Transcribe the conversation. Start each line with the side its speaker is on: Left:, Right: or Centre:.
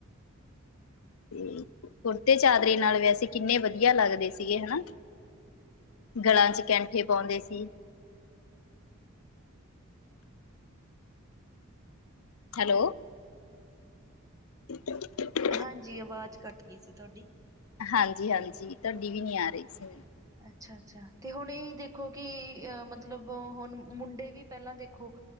Left: ਤੇ ਕੁੜਤੇ-ਚਾਦਰੇ ਨਾਲ ਵੈਸੇ ਕਿੰਨੇ ਵਧੀਆ ਲੱਗਦੇ ਸੀਗੇ ਹਨਾ? ਗਲਾਂ'ਚ ਕੈਂਠੇ ਪਾਉਂਦੇ ਸੀ। ਹੈਲੋ। <unintelligible>
Right: ਹਾਂਜੀ, ਅਵਾਜ਼ ਕੱਟ ਗਈ ਸੀ, ਤੁਹਾਡੀ।
Left: ਹਾਂਜੀ-ਹਾਂਜੀ ਤੁਹਾਡੀ ਵੀ ਨੀ ਆ ਰਹੀ ਸੀ, ਮੈਨੂੰ।
Right: ਅੱਛਾ-ਅੱਛਾ, ਤੇ ਹੁਣ ਇਹੀ ਦੇਖੋ ਕਿ, ਅ ਮਤਲਬ ਮਤਲਬ ਹੁਣ, ਮੁੰਡੇ ਵੀ ਪਹਿਲਾਂ ਦੇਖੋ